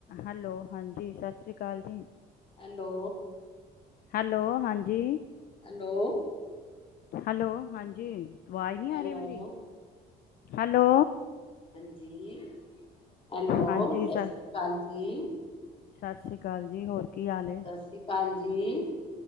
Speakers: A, on the left; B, on the left.
A: Hello, ਹਾਂਜੀ ਸਤਿ ਸ਼੍ਰੀ ਅਕਾਲ ਜੀ।
B: ਹੈਲੋ
A: ਹੈਲੋ, ਹਾਂਜੀ
B: ਹੈਲੋ
A: ਹੈਲੋ, ਹਾਂਜੀ ਆਵਾਜ਼ ਨਹੀਂ
B: ਹੈਲੋ
A: ਆ ਰਹੀ ਮੇਰੀ। ਹੈਲੋ
B: ਹਾਂਜੀ ਹੈਲੋ,
A: ਹਾਂਜੀ
B: ਸਤਿ
A: ਸ
B: ਸ੍ਰੀ ਅਕਾਲ ਜੀ।
A: ਸਤਿ ਸ਼੍ਰੀ ਅਕਾਲ ਜੀ, ਹੋਰ ਕੀ ਹਾਲ ਹੈ
B: ਸਤਿ ਸ੍ਰੀ ਅਕਾਲ ਜੀ।